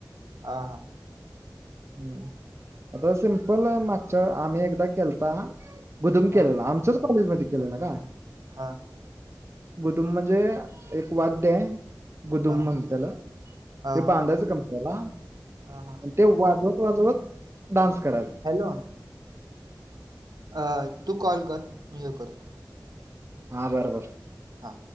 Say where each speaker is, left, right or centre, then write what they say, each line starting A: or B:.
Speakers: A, on the right; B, on the right.
A: हा ह.
B: हम्म आता सिमपल मागच्या आम्ही एकदा केलता. गुदुम
A: हा
B: केलेला आमच्याच कॉलेजमध्ये केलेलं का?
A: हा.
B: गुदुम म्हणजे एक वाद्य आहे. गुदुम
A: हा हा
B: म्हण त्याला
A: हा
B: ते बांधायचं कामप त्याला
A: हा
B: ते वा <unintelligible> जत <unintelligible> वाजवत डान्स कराय
A: हॅलो अ तू कॉल कर मी हे करतो.
B: हा बर बर.
A: हा.